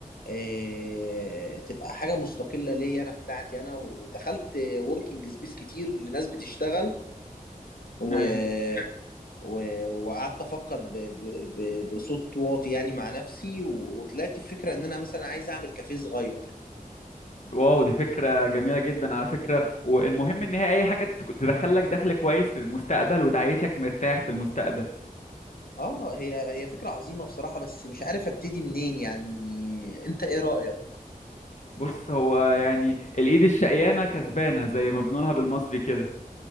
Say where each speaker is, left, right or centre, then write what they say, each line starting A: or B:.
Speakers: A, on the left (about 80°); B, on the left (about 50°).
A: إيه تبقى حاجه مستقله ليا انا بتاعتي انا ودخلت وركينج سبيس كتير لناس بتشتغل و...
B: ايوه
A: و... وقعدت افكر ب... ب... ب... بصوت واطي يعني مع نفسي و... وطلعت الفكره ان انا مثلا عايز اعمل كافيه صغير
B: واو دي فكرة جميلة جدا على فكرة والمهم ان هي اي حاجة تك- تدخلك دخل كويس في المستقبل وتعيشك مرتاح في المستقبل
A: اه هي هي فكره عظيمه بصراحه بس مش عارف ابتدي منين يعني انت ايه رايك؟
B: بص هو يعني الايد الشقيانة كسبانة زي ما بنقولها بالمصري كده